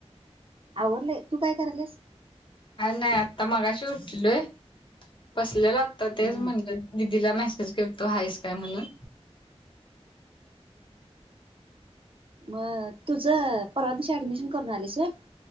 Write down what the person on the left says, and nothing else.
काय नाय आता मगाशी उटलोय बसलेलो आता, तेच
म्हणलं दिदीला मेसेज करतो हायच काय म्हणून.